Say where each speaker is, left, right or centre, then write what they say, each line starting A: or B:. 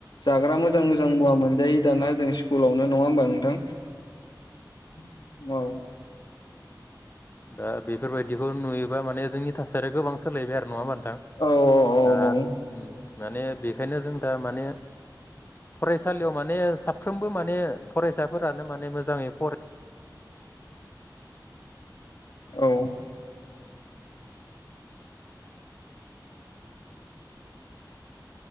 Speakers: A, on the left; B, on the left.
A: जाग्रा मोजां मोजां मुवा मोनजायो दाना जों स्कुलावनो नङा होमबा नोंथां <inaudible> औ
B: दा बेफोरबायदिखौ नुयोबा माने जोंनि थासारिया गोबां सोलायबाय आरो नङाबानो थां
A: औ
B: दा
A: औ
B: माने बेखायनो जों दा माने फरायसालियाव माने साफ्रोमबो माने फरायसाफोरानो माने मोजाङै फराय
A: औ